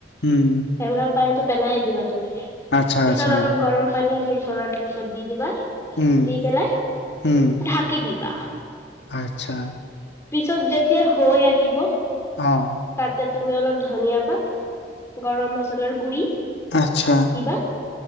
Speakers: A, on the left; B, on the left.
A: উম
B: সেবিলাকৰ পানীটো পেলাই দিবা তুমি
A: আচ্ছা
B: পিছত
A: আচ্ছা
B: অলপ গৰম পানী সেই চলাটোৰ ওপৰত দি দিবা
A: উম
B: দি পেলাই
A: উম
B: ঢাকি দি ৱাহ
A: আচ্ছা
B: পিছত যেতিয়া হৈ আহিব
A: অ
B: তাতে তুমি অলপ ধনিয়া পাত গৰম মছলাৰ গুৰি
A: আচ্ছা
B: দিবা